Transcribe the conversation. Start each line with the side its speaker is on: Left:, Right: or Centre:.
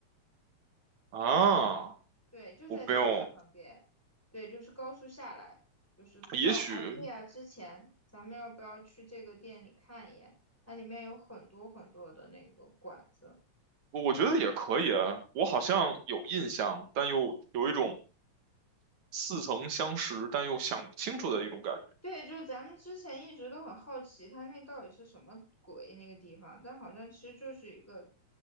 Right: 啊，
Centre: 对，就在咱家旁边，
Right: 我不用，
Centre: 对，就是高速下来，就是到
Right: 也许
Centre: IKEA 之前，咱们要不要去这个店里看一眼？它里面有很多很多的那个馆子。
Right: 我觉得也可以啊。我好像有印象，但又有一种似曾相识，但又想不清楚的一种感觉。
Centre: 对，就是咱们之前一直都很好奇，它那到底是什么鬼那个地方，但好像其实就是一个，